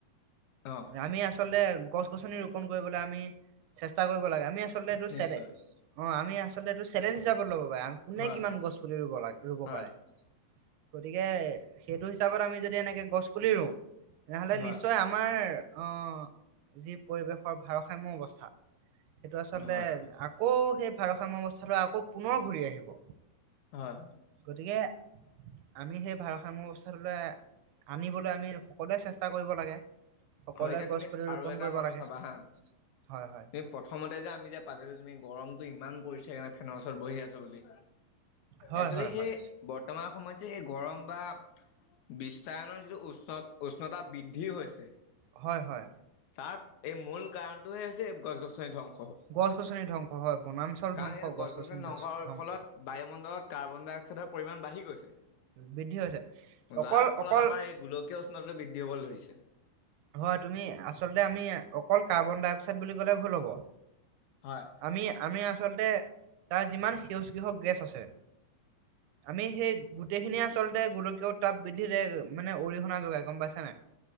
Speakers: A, on the left; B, on the right.
A: অ
B: আমি আছ আচলতে গছ গছনি ৰুপন কৰিবলৈ আমি চেষ্টা কৰিব লাগে আমি আ আচলতেটো
A: নিশ্চয়
B: চেলে অ আমি আচলতে এইটো চেলেঞ্জ হিচাপত লব বাই, কোনে
A: হয়
B: কিমান
A: হয়
B: গছ পুলি ৰুব লাগে ৰুব
A: হয়
B: পাৰে। গতিকে সেইটো হিচাপত আমি যদি এনেকে গছ পুলি ৰুওঁ। তেনেহলে
A: হয়
B: নিশ্চয় আমাৰ আহ যি পৰিৱেশৰ ভাৰসাম্য অৱস্থা সেইটো আচলতে
A: হয়
B: আকৌ সেই ভাৰসাম্য অৱস্থাটো আকৌ পুনৰ ঘূৰি আহিব।
A: হয়।
B: গতিকে, আমি সেই ভাৰসাম্য অৱস্থাটোলৈ আনিবলৈ আমি সকলোৱে চেষ্টা কৰিব লাগে। সকলোৱে
A: হয় এতিয়া
B: গছ
A: তুমি
B: পুলি
A: আৰু
B: ৰোপন
A: এটা
B: কৰিব
A: কথা
B: লাগে।
A: চাবা হা,
B: হয় হয়
A: তুমি প্ৰথম বেজা তুমি যে পালা যে তুমি গৰমটো ইমান পৰিছে সেইকাৰণে ফেনৰ ওচৰত বহি আছো বুলি।
B: হয়
A: একচেলি
B: হয়
A: সেই
B: হয়
A: বৰ্তমান সময়ত যে গৰম বা বিশ্বায়নৰ যিটো উষ্ণ উষ্ণতা বৃদ্ধি হৈছে
B: হয় হয়।
A: আৰু এই মূল কাৰণটোহে হৈছে গছ গছনি ধং
B: গছ গছনি ধ্বং হয় হয়। বনাঞ্চল
A: কাৰণ
B: ধ্বংস
A: এই গছ গছনি নকৰোৱাৰ
B: ধস- ধ্বংস
A: ফলত বায়ুমণ্ডলত কাৰ্বন ডাই অক্সাইডৰ পৰিমাণ বাঢ়ি গৈছে,
B: বৃদ্ধি হৈছে অকল
A: যাৰ ফলত
B: অকল
A: আমাৰ এই গোলকীয় উষ্ণতাটো বৃদ্ধি হ'বলৈ ধৰিছে।
B: হয়, তুমি আচলতে আমি অকল কাৰ্বন ডাই অক্সাইড বুলি কলে ভুল হ'ব
A: হয়
B: আমি আমি আ আচলতে তাৰ যিমান সেউজ গৃহক গেছ আছে, আমি সেই গোটেইখিনিয়ে আচলতে গোলকীয় তাপ বৃদ্ধিৰে মানে অৰিহণা যোগাই গম পাইছে নাই।